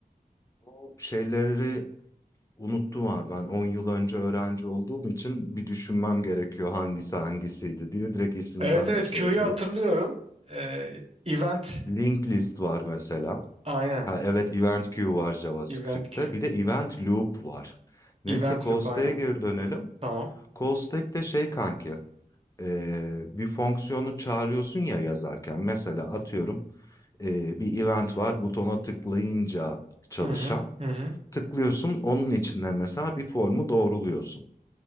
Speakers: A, on the left (about 20°); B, on the right (about 40°).
A: Bu şeyleri Unuttum abi ben 10 yıl önce öğrenci olduğum için bir düşünmem gerekiyor hangisi hangisiydi diye direkt isimden
B: Evet evet
A: şey
B: Q'yu
A: yapıyorum.
B: hatırlıyorum. Ee, event
A: Linked list var mesela.
B: aynen.
A: Ha evet event queue var JavaScript'te.
B: Event Q.
A: Bir de event loop var. Neyse
B: Event
A: call
B: loop
A: stack'e
B: aynen.
A: geri dönelim.
B: Tamam.
A: Call stack de şey kanki eee, bir fonksiyonu çağırıyorsun ya yazarken. Mesela atıyorum eee, bir event var butona tıklayınca çalışan.
B: Hı hı hı hı.
A: Tıklıyorsun onun içinde mesela bir formu doğruluyorsun.